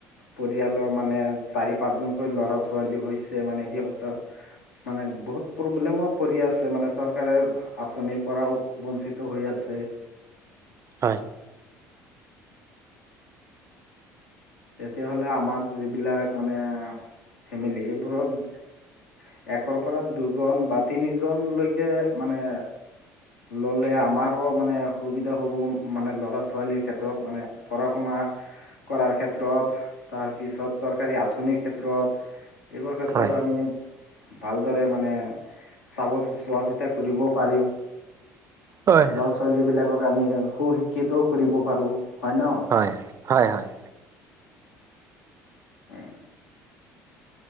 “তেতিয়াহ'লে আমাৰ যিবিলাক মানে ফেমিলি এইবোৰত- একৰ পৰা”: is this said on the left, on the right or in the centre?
Left